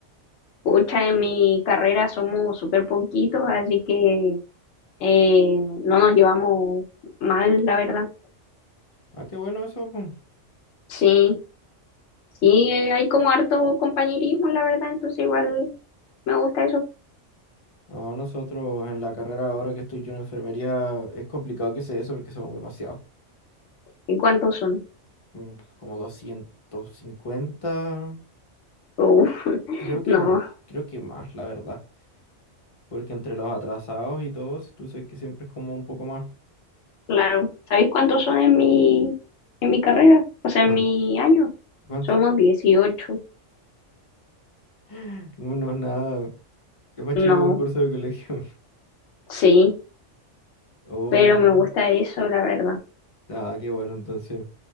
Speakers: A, on the left (about 65°); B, on the left (about 30°).
A: Pucha, en mi carrera somos súper poquitos, así que eh, no nos llevamos mal, la verdad.
B: Ah, qué bueno eso, pues.
A: Sí. Sí, eh, hay como harto compañerismo, la verdad, entonces igual me gusta eso.
B: No, nosotros en la carrera ahora que estoy yo en enfermería es complicado que sea eso porque somos demasiados.
A: ¿Y cuántos son?
B: mm, Como 250,
A: Uf, <laughs>
B: creo que
A: no,
B: mu- creo que más, la verdad. Porque entre los atrasados y todos, tú sabes que siempre es como un poco más.
A: claro. ¿Sabéis cuántos son en mi, en mi carrera? O sea,
B: ¿Cuán-
A: en mi año.
B: ¿Cuánto?
A: Somos dieciocho
B: <gasps> <laughs> Unos nada. Es más
A: No,
B: chico que un curso de colegio. <laughs>
A: sí,
B: Oh,
A: pero me gusta eso, la verdad.
B: nada, qué bueno entonces.